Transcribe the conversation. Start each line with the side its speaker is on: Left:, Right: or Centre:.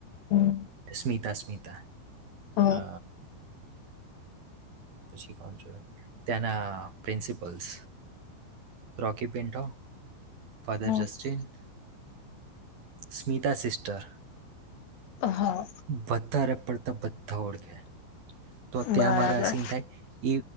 Left: હમ્મ.
Right: સ્મિતા સ્મિતા.
Left: હા.
Right: અ, પછી કોણ છ ત્યાના. પ્રિન્સિપલ્સ રોકી પિન્ટો ફાદર
Left: હા.
Right: જસ્ટીન સ. સ્મિતા સિસ્ટર.
Left: હા
Right: વધારે પડતા બધા ઓળખે તો ત્યાં
Left: બરાબર.
Right: મારા. ત થાય એ.